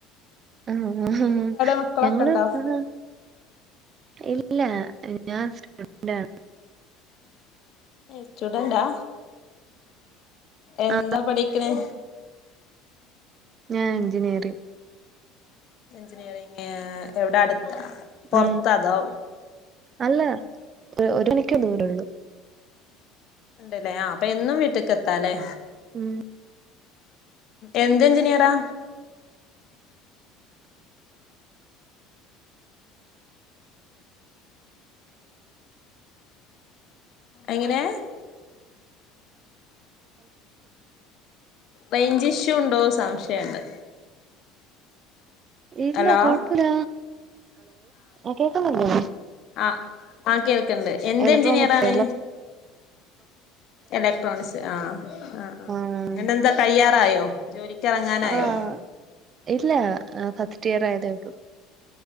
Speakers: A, on the right; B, on the left.
A: ഹ ഹ
B: മക്കളൊക്കെ
A: ഞങ്ങള്
B: ഉണ്ടോ
A: ആഹ് ഇല്ല ഞാൻ സ്റ്റുഡന്റാണ്
B: ഹ് സ്റ്റുഡന്റാ എന്താ
A: ആഹ്
B: പഠിക്കണെ
A: ഞാ എഞ്ചിനീയറിംഗ്
B: എൻജിനീയറിങ് എവിടെ അടുത്ത പൊറത്താ
A: ഉ
B: അതോ
A: അല്ല ഒരു മണിക്കൂ ദൂരള്ളൂ
B: ഉണ്ടല്ലേ ആ അപ്പൊ എന്നും വീട്ടിലക്ക് എത്താലേ
A: ഉം
B: എന്ത് എഞ്ചിനീയറാ എങ്ങനെ റേഞ്ചിഷുണ്ടോ സംശയണ്ട്
A: ഇല്ല
B: ഹലോ
A: കൊഴപ്പില്ല ആ കേക്കുന്നുണ്ടോ?
B: ആ ആ കേൾക്കണ്ട് എന്ത്
A: ഇലക്ട്രോണിക്സ്
B: എഞ്ചിനീയർ ആണ് ഇലക്ട്രോണിക്സ് ആഹ ആ ആ
A: ആഹ്
B: എന്താ കഴിയാറായോ ജോലിക്കറങ്ങാനായോ
A: ആഹ് ഇല്ല ഫസ്റ്റ് ഇയർ ആയതേള്ളൂ